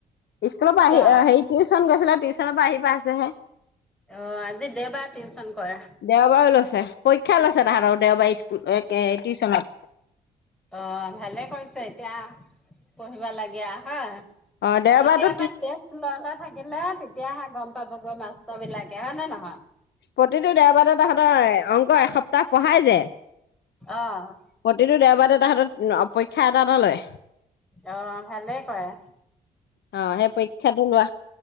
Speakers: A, on the left; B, in the centre.
A: স্কুলৰ পৰা
B: কিয়
A: আহি হেৰি টিউচন গৈছিলে টিউচনৰ পৰা আহি পাইছেহে
B: অ আজি দেওবাৰ টিউচন কৰে
A: দেওবাৰেও লৈছে‌। পৰীক্ষা লৈছে তাহাঁতৰ দেওবাৰ একে টিউচনত
B: অ', ভালে কৰিছে এতিয়া পঢ়িবা লাগে হা এতিয়াৰ
A: অ দেওবাৰতো
B: পৰা তেজ লৈ লৈ থাকে আহিলে তেতিয়াহে গম পাবগৈ মাস্ত বিলাকে হয় নে নহয়?
A: প্ৰতিটো দেওবাৰে তাহঁতৰ অংক এসপ্তাহ পঢ়াই যে
B: অ'।
A: প্ৰতিটো দেওবাৰ এ হাতত অ পৰীক্ষা এটা এটা লয়
B: অহ ভালেই কয়
A: আহ সেই পৰীক্ষাটো লোৱা